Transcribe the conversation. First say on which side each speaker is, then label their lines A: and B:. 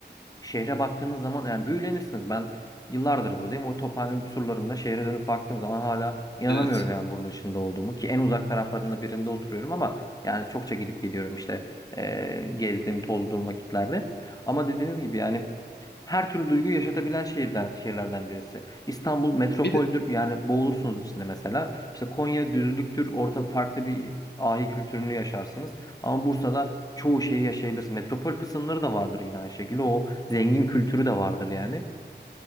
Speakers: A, on the left (about 20°); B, on the left (about 65°).
A: Şehre baktığınız zaman yani büyülenirsiniz. Ben yıllardır buradayım. O Tophane'nin surlarında şehre dönüp baktığım zaman hala inanamıyorum
B: Evet.
A: yani bunun içinde olduğumu. Ki en uzak taraflarında birinde oturuyorum ama yani çokça gidip geliyorum işte eee gezdiğim, tolduğum vakitlerde. Ama dediğiniz gibi yani her türlü duyguyu yaşatabilen şehirden, şehirlerden birisi. İstanbul metropoldür
B: Bir de
A: yani boğulursunuz içinde mesela. İşte Konya düzlüktür orada farklı bir ahi kültürünü yaşarsınız. Ama Bursa'da çoğu şeyi yaşayabilirsin. Metropol kısımları da vardır yine aynı şekilde. O zengin kültürü de vardır yani.